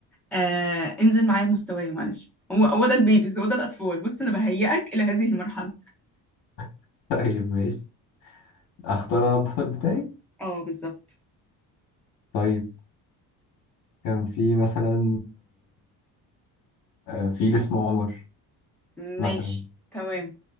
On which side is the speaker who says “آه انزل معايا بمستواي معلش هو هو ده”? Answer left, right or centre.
Centre